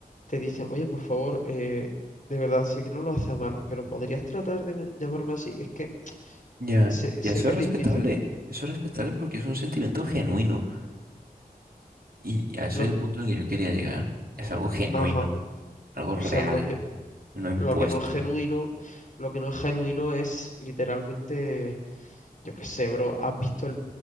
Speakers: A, on the left (about 55°); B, on the right (about 70°).
A: te dice, oye, por favor, eh, de verdad, sé que no lo haces a malas, pero podrías tratar de me- llamarme así. Es que
B: Ya,
A: sé,
B: y
A: sé
B: eso
A: que
B: es
A: es
B: respetable,
A: difícil.
B: eso es respetable porque es un sentimiento genuino y y a ese
A: Lo
B: es
A: que,
B: el punto en el que yo quería llegar. Es algo genuino,
A: ajá,
B: algo
A: o
B: real,
A: sea, lo que,
B: no
A: lo
B: impuesto.
A: que no es genuino, lo que no es genuino es literalmente, yo qué sé, bro, ¿has visto el-